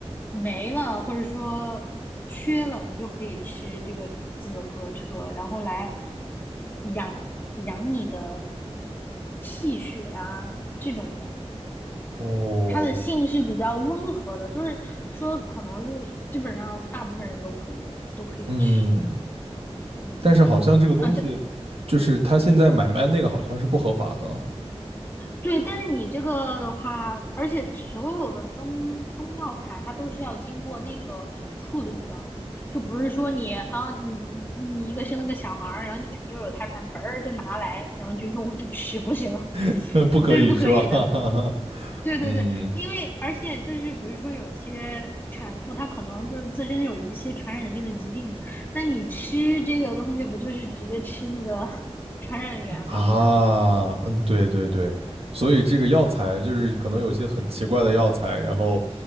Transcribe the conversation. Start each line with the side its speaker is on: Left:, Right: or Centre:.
Left: 没了，或者说缺了，你就可以吃这个紫河车，然后来养养你的气血啊，这种的。
Right: 哦，
Left: 它的性是比较温和的，就是说可能就是基本上大部分人都可以都可以吃，
Right: 嗯，
Left: 嗯
Right: 但是好像这个东西就是他现在买卖那个好像是不合法的，
Left: 啊，对，对，但是你这个的话，而且所有的中中药材它都是要经过那个就处理的，就不是说你啊，你你你一个生了个小孩儿，然后你肯定又有胎盘，嘣儿就拿来，然后就用就吃，不行，
Right: <laughs> 不可以是吧？
Left: 它是不可以的。
Right: <laughs>
Left: 对对对，
Right: 嗯
Left: 因为而且就是比如说有些产妇她可能就是自身有一些传染性的疾病，那你吃这个东西不就是直接吃那个 <laughs> 传染源嘛，
Right: 啊，
Left: 对吧？
Right: 嗯，对对对，所以这个药材就是可能有些很奇怪的药材，
Left: 嗯。
Right: 然后